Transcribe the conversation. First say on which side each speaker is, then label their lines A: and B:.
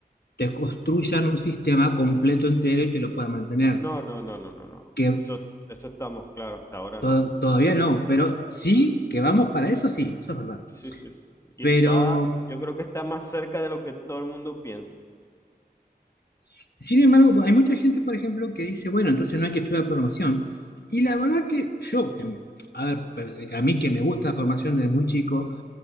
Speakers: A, on the left (about 75°); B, on the left (about 20°).
A: te construyan un sistema completo entero y te lo puedan mantener.
B: No, no, no, no, no, no.
A: Que
B: Eso, eso estamos claros, hasta ahora
A: to-
B: no.
A: todavía no, pero sí que vamos para eso, sí, eso es verdad.
B: Sí, sí, sí. Y
A: Pero
B: está, yo creo que está más cerca de lo que todo el mundo piensa.
A: Sin embargo, hay mucha gente, por ejemplo, que dice, bueno, entonces no hay que estudiar programación. Y la verdad que yo, que me- a ver, per- a mí que me gusta la programación desde muy chico,